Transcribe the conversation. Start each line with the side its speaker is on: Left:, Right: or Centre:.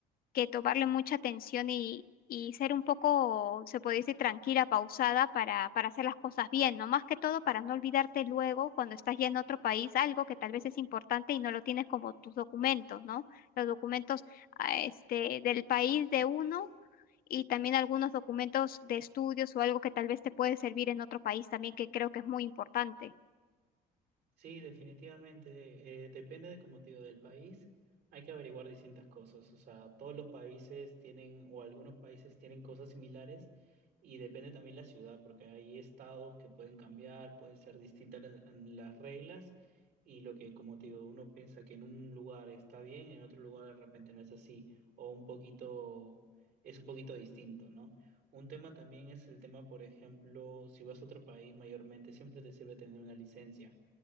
Left: que tomarle mucha atención y, y ser un poco, se puede decir, tranquila, pausada para, para hacer las cosas bien, ¿no? Más que todo para no olvidarte luego cuando estás ya en otro país algo que tal vez es importante y no lo tienes como tus documentos, ¿no? Los documentos ah, este, del país de uno. Y también algunos documentos de estudios o algo que tal vez te puede servir en otro país también, que creo que es muy importante.
Right: Sí, definitivamente. eh, depende de, como te digo, del país. Hay que averiguar distintas cosas. O sea, todos los países tienen, o algunos países tienen cosas similares y depende también la ciudad, porque hay estados que pueden cambiar, pueden ser distintas las, las reglas y lo que, como te digo, uno piensa que en un lugar está bien, en otro lugar de repente no es así, o un poquito, es un poquito distinto, ¿no? Un tema también es el tema, por ejemplo, si vas a otro país, mayormente siempre te sirve tener una licencia